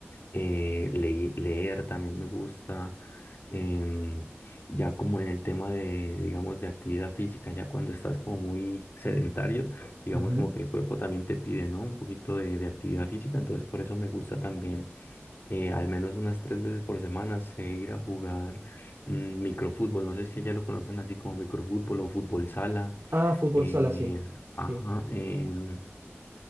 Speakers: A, on the left (about 55°); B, on the right (about 70°).
A: eh, ley- leer también me gusta, em, ya como en el tema de, digamos, de actividad física, ya cuando estás como muy sedentario, digamos
B: Ujú.
A: como que el cuerpo también te pide, ¿no? Un poquito de, de actividad física, entonces por eso me gusta también eh, al menos unas tres veces por semana sé ir a jugar mm, microfútbol. No sé si allá lo conocen así como microfútbol o fútbol sala.
B: Ah, fútbol
A: Eh,
B: sala, sí.
A: ajá,
B: Sí.
A: em,